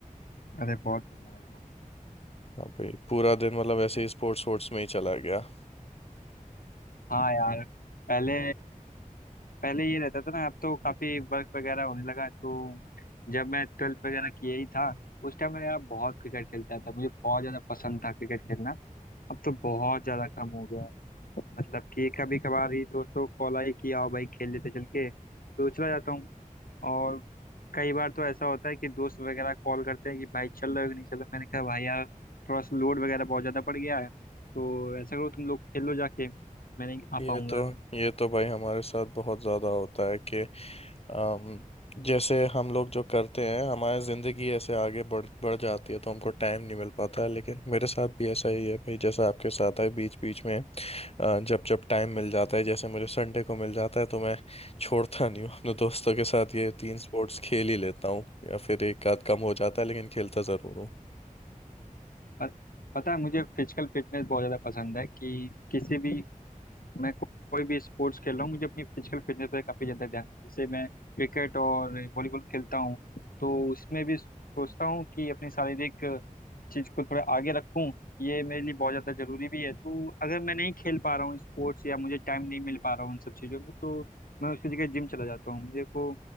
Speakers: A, on the left (about 85°); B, on the left (about 45°).
A: अरे बहुत बढ़िया भाई बहुत
B: अभी पूरा दिन मतलब
A: बढ़िया।
B: ऐसे ही स्पोर्ट्स स्पोर्ट्स में ही चला गया
A: हाँ यार पहले पहले ये रहता था ना अब तो काफी वर्क वगैरह होने लगा तो जब मैं ट्वेल्थ वगैरह किया ही था उस टाइम मैं यार बहुत क्रिकेट खेलता था मुझे बहुत ज्यादा पसंद था क्रिकेट खेलना अब तो बहुत ज्यादा कम हो गया है मतलब कि कभी कभार ही दोस्तों को कॉल आई कि आओ भाई खेल लेते चल के तो चला जाता हूँ और कई बार तो ऐसा होता है कि दोस्त वगैरह कॉल करते हैं कि भाई चल रहे हो कि नहीं चल रहे मैंने कहा भाई यार थोड़ा सा लोड वगैरह बहुत ज्यादा पड़ गया है तो ऐसा करो तुम लोग खेल लो जाके मैं नहीं आ
B: ये
A: पाऊंगा
B: तो ये तो भाई हमारे साथ बहुत ज़्यादा होता है कि अम, जैसे हम लोग जो करते हैं हमारी ज़िंदगी ऐसे आगे बढ़ बढ़ जाती है तो हमको टाइम नहीं मिल पाता है लेकिन मेरे साथ भी ऐसा ही है भाई जैसा आपके साथ है बीच बीच में अ, जब जब टाइम मिल जाता है जैसे मुझे संडे को मिल जाता है तो मैं छोड़ता नहीं हूँ अपने दोस्तों के साथ ये तीन स्पोर्ट्स खेल ही लेता हूँ या फिर एक आध कम हो जाता है लेकिन खेलता ज़रूर हूँ
A: प- पता है मुझे फिजिकल फिटनेस बहुत ज़्यादा पसंद है कि किसी भी मैं को, कोई भी स्पोर्ट्स खेल रहा हूँ मुझे अपनी फिजिकल फिटनेस पे काफ़ी ज़्यादा ध्यान है जैसे मैं क्रिकेट और वॉलीबॉल खेलता हूँ तो उसमें भी सोचता हूँ कि अपनी शारीरिक चीज़ को थोड़ा आगे रखूँ ये मेरे लिए बहुत ज़्यादा ज़रूरी भी है तो अगर मैं नहीं खेल पा रहा हूँ स्पोर्ट्स या मुझे टाइम नहीं मिल पा रहा हूँ उन सब चीज़ों में तो मैं उसकी जगह जिम चला जाता हूँ मुझे को